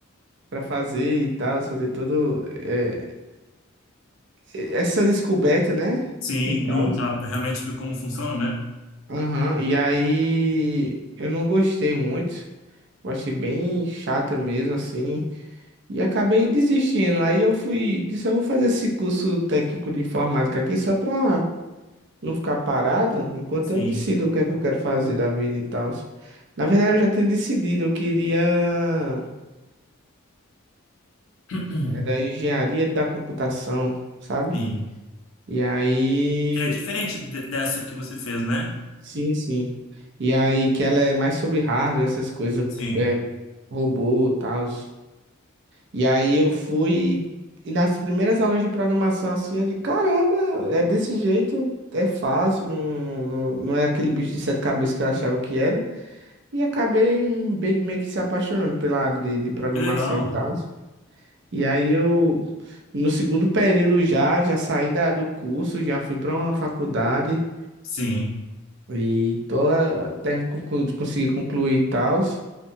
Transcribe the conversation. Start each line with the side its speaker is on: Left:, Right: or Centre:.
Right: pra fazer e tal, fazer todo eh, essa descoberta, né?
Left: Sim,
Right: E tal.
Left: do tra- realmente do como funciona, né?
Right: Aham. E aí eu não gostei muito. Eu achei bem chata mesmo, assim. E acabei desistindo. Aí eu fui, disse, eu vou fazer esse curso técnico de informática aqui só pra não ficar parado, enquanto
Left: Sim,
Right: eu decido o que é que eu quero fazer da vida e tal. Na verdade, eu já tinha decidido, eu queria...
Left: <clears throat>
Right: Era engenharia da computação, sabe?
Left: sim.
Right: E aí...
Left: Que é diferente de- dessa que você fez, né?
Right: Sim, sim. E aí que ela é mais sobre hardware, essas coisas,
Left: Sim.
Right: é, robô e tal. E aí eu fui. E nas primeiras aulas de programação, assim, eu digo, caramba, é desse jeito, é fácil, não, não, não não é aquele bicho de sete cabeças que eu achava que era. E acabei bem- meio que se apaixonando pela área de, de programação
Left: Que legal.
Right: e tal. E aí eu, no segundo período já, já saí da, do curso, já fui para uma faculdade
Left: Sim.
Right: e tô, eh, até conclu, consegui concluir e tal.